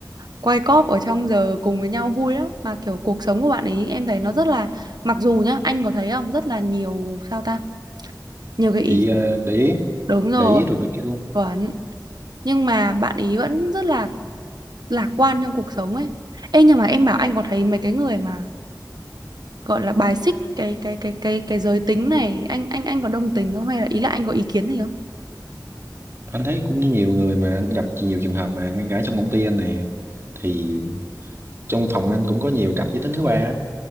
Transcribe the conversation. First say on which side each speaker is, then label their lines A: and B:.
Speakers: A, on the right; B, on the right.
A: quay cóp ở trong giờ cùng với nhau vui lắm mà kiểu cuộc sống của bạn ấy em thấy nó rất là mặc dù nhá anh có thấy không rất là nhiều sao ta nhiều cái ý
B: bị à,
A: kiến
B: để ý
A: đúng rồi
B: để ý đồ này kia luôn
A: chuẩn nhưng mà bạn ý vẫn rất là lạc quan trong cuộc sống ấy ê nhưng mà em bảo anh có thấy mấy cái người mà gọi là bài xích cái cái cái cái cái giới tính này anh anh anh có đồng tình không hay là ý là anh có ý kiến gì không
B: anh thấy cũng nhiều người mà anh gặp nhiều trường hợp mà ngăn gái trong công ty anh nè thì trong phòng anh cũng có nhiều cặp giới tính thứ ba á.